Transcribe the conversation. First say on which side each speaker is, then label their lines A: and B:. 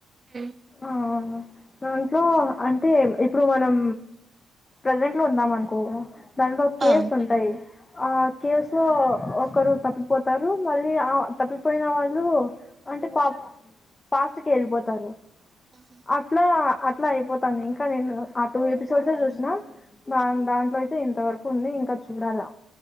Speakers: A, on the right (about 30°); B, on the left (about 20°).
A: హ్మ్
B: ఆ దాంట్లో అంటే ఇప్పుడు మనం ప్రెజెంట్ లో ఉంటాం అనుకో దాంట్లో ఒక కేవ్స్
A: ఆ
B: ఉంటాయి ఆ కేవ్స్ లో ఒక ఒకరు తప్పిపోతారు మళ్ళీ ఆ తప్పిపోయిన వాళ్ళు అంటే పా ఫాస్ట్ కి వెళ్ళిపోతారు
A: ఆహా.
B: అట్లా అట్లా అయిపోతుంది ఇంకా నేను ఆ టూ ఎపిసోడ్స్ చూసినా దా దాంట్లో అయితే ఇంతవరకు ఉంది ఇంకా చూడాలా